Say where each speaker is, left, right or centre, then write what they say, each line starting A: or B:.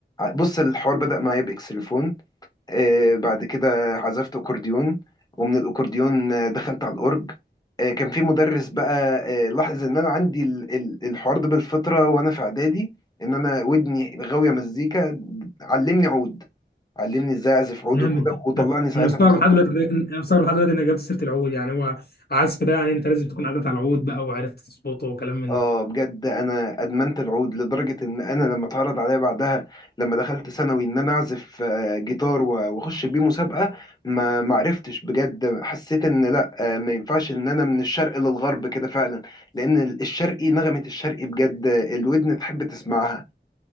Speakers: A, on the left; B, on the left.
A: بص الحوار بدا معايا باكسليفون آه، بعد كده عزفت أكورديون ومن الأكورديون آه، دخلت على الأورج آه، كان في مدرس بقى آه، لاحظ إن أنا عندي ال- ال- الحوار ده بالفطرة وأنا في إعدادي إن أنا ودني غاوية مزيكا علمني عود علمني إزاي أعزف عود
B: جامد
A: وكده وطلعني
B: انا
A: ساعتها
B: مستغرب
A: مسابقة
B: لحد دلوقتي انا مستغرب لحد دلوقتي انك جبت سيره العود يعني هو عزف ده يعني انت لازم تكون عدت على العود بقى وعرفت تظبطه وكلام من
A: اه
B: ده
A: بجد انا ادمنت العود لدرجه ان انا لما اتعرض عليا بعدها لما دخلت ثانوي ان انا اعزف آه، جيتار و- واخش بيه مسابقه ما ما عرفتش بجد حسيت ان لا آه، ما ينفعش ان انا من الشرق للغرب كده فعلا لان ال- الشرقي نغمه الشرقي بجد آه، الودن تحب تسمعها